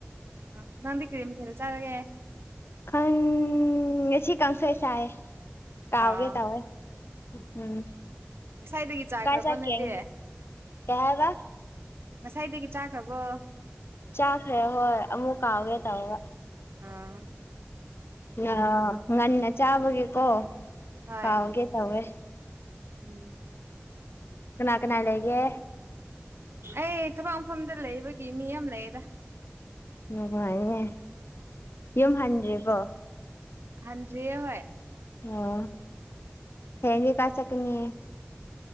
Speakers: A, on the right; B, on the left.
A: ꯑ ꯅꯪꯗꯤ ꯀꯔꯤ ꯃꯊꯦꯜ ꯆꯥꯔꯒꯦ
B: ꯈꯪ ꯉꯁꯤ ꯀꯥꯡꯁꫭꯏ ꯆꯥꯏ ꯀꯥꯎꯥꯎꯒꯦ
A: ꯑꯥ
B: ꯇꯋꯦ ꯎꯝ
A: ꯉꯁꯥꯏꯗꯒꯤ ꯆꯥꯈ꯭ꯔꯕꯣ
B: ꯀꯥꯏ ꯆꯔ
A: ꯅꯣꯏꯗꯤ
B: ꯀ ꯀꯩ ꯍꯌꯕ
A: ꯉꯁꯥꯏꯗꯒꯤ ꯆꯥꯈ꯭ꯔꯕꯣ
B: ꯆꯥꯈ꯭ꯔꯦ ꯍꯣꯏ ꯑꯃꯨꯛ ꯀꯥꯎꯒꯦ ꯇꯧꯋꯦ
A: ꯑꯥ
B: ꯑ ꯉꯟꯅ ꯆꯥꯕꯒꯤꯀꯣ
A: ꯍꯣꯏ
B: ꯀꯥꯎꯒꯦ ꯇꯧꯋꯦ
A: ꯎꯝ
B: ꯀꯅꯥ ꯀꯅꯥ ꯂꯩꯒꯦ
A: ꯑꯩ ꯊꯕꯛ ꯃꯐꯝꯗ ꯂꯩꯕꯒꯤ ꯃꯤ ꯑꯃ ꯂꯩꯌꯦꯗ
B: ꯎꯉꯥꯏꯅꯦ ꯌꯨꯝ ꯍꯟꯗ꯭ꯔꯤꯕꯣ
A: ꯍꯥꯟꯗꯔꯤ ꯍꫭꯏ
B: ꯑꯣ ꯍꯅꯤ ꯀꯥꯏ ꯆꯠꯀꯅꯤ